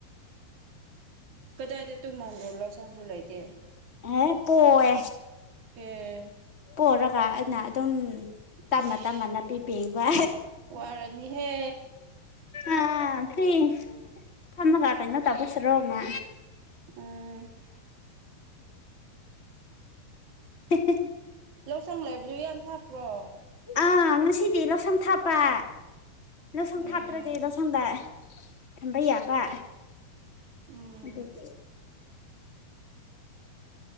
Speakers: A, on the right; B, on the left.
A: ꯀꯗꯥꯏꯗ ꯇꯨꯝꯍꯟꯕ꯭ꯔꯣ ꯂꯧꯁꯪꯁꯨ ꯂꯩꯇꯦ
B: ꯑꯦ ꯄꯣꯋꯦ
A: ꯑꯦ
B: ꯄꯔꯒꯥ ꯑꯗꯨꯝ ꯇꯝꯃ
A: ꯑꯁ
B: ꯇꯝꯃ ꯅꯥꯄꯤ ꯄꯦꯡꯕ
A: ꯋꯥꯔꯅꯤꯍꯦ
B: ꯑꯥ ꯐꯤ ꯊꯝꯃꯒ ꯀꯩꯅꯣ ꯇꯧꯕꯁꯤꯔꯣ ꯉ
A: ꯎꯝ
B: ꯍꯤ ꯍꯤ
A: ꯂꯧꯁꯪ ꯂꯥꯏꯕꯗꯨ ꯌꯥꯝ ꯊꯥꯞꯄ꯭ꯔꯣ
B: ꯑꯥ ꯉꯁꯤꯗꯤ ꯂꯧꯁꯪ ꯊꯥꯞꯄ ꯂꯧꯁꯪ
A: ꯑꯦ
B: ꯊꯥꯇ꯭ꯔꯗꯤ ꯂꯧꯎꯁꯪꯗ ꯊꯝꯕꯩ ꯌꯥꯕ
A: ꯎꯝ
B: ꯑꯗꯨꯒꯤ